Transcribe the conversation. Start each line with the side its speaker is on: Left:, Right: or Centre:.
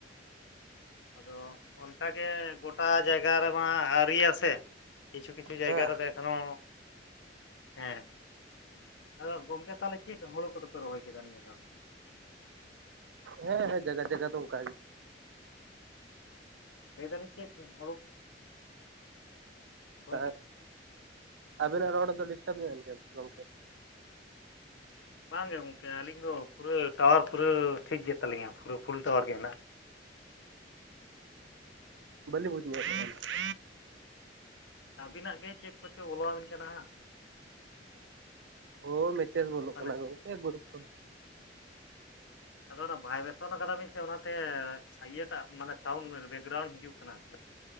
Left: ᱟᱫᱚ ᱚᱱᱠᱟ ᱜᱮ ᱜᱚᱴᱟ ᱡᱟᱭᱜᱟ ᱨᱮᱢᱟ ᱟᱹᱣᱨᱤᱭᱟ ᱥᱮ ᱠᱤᱪᱷᱩ ᱠᱤᱪᱷᱩᱼᱼ ᱠᱤᱪᱷᱩ ᱡᱟᱭᱜᱟ
Right: ᱦᱮᱸ
Left: ᱨᱮᱫᱚ ᱮᱠᱷᱚᱱᱚ ᱦᱮᱸᱼᱼ ᱟᱫᱚ ᱜᱚᱝᱠᱮ ᱛᱟᱦᱚᱞᱮ ᱪᱮᱫ ᱦᱩᱲᱩ ᱠᱚᱫᱚᱯᱮ ᱨᱚᱦᱚᱭ ᱠᱮᱫᱟ ᱱᱤᱭᱟᱹ ᱫᱷᱟᱣᱼᱼ
Right: ᱦᱮᱸ ᱦᱮᱸ ᱡᱟᱜᱟ ᱡᱟᱜᱟ ᱫᱚ ᱚᱱᱠᱟ ᱜᱮ ᱾
Left: ᱞᱟᱹᱭᱫᱟᱞᱤᱧ ᱪᱮᱫ ᱦᱩᱲᱩᱼᱼ ᱨᱚᱦᱚᱭ
Right: ᱱᱟᱜᱼᱟᱭ
Left: ᱠᱮᱫᱟ
Right: ᱟᱵᱮ ᱱᱟᱜ ᱨᱚᱲ ᱫᱚ ᱰᱤᱥᱴᱟᱵ ᱧᱚᱜ ᱮᱱ ᱜᱮᱭᱟ ᱜᱚᱝᱠᱮ ᱾
Left: ᱵᱟᱝ ᱜᱮ ᱜᱚᱝᱠᱮ ᱟᱹᱞᱤᱧ ᱫᱚ ᱯᱩᱨᱟᱹ ᱴᱟᱣᱟᱨ ᱯᱩᱨᱟᱹ ᱴᱷᱤᱠ ᱜᱮ ᱛᱟᱞᱤᱧᱟ ᱯᱩᱨᱟᱹ ᱯᱷᱩᱞ ᱴᱟᱣᱟᱨ ᱜᱮ ᱦᱮᱱᱟᱜᱼᱟ ᱾
Right: ᱚ ᱵᱟᱞᱤᱧ ᱵᱩᱡᱽ ᱧᱚᱜ ᱞᱮᱫᱟ ᱢᱮᱱᱛᱮᱼᱼ
Left: ᱟᱹᱵᱤᱱᱟᱜ ᱜᱮ ᱪᱮᱫ ᱠᱚᱪᱚ ᱵᱚᱞᱚᱣᱟᱵᱤᱱ ᱠᱟᱱᱟ ᱦᱟᱸᱜ ᱾
Right: ᱚ ᱢᱮᱴᱮᱱ ᱵᱚᱞᱚᱜ
Left: ᱢᱟᱱᱮ
Right: ᱠᱟᱱᱟ ᱜᱚᱝᱠᱮ ᱜᱩᱨᱩᱯ ᱠᱷᱚᱱ ᱾
Left: ᱟᱫᱚ ᱚᱱᱟ ᱵᱷᱟᱭᱵᱮᱥᱚᱱ ᱠᱟᱫᱟ ᱵᱤᱱ ᱥᱮ ᱚᱱᱟᱛᱮ ᱤᱭᱟᱹᱴᱟᱜ ᱢᱟᱱᱮ ᱥᱟᱣᱩᱱᱰ ᱵᱮᱠᱜᱨᱟᱣᱩᱱᱰ ᱦᱤᱡᱩᱜ ᱠᱟᱱᱟ ᱟᱨᱠᱤ ᱾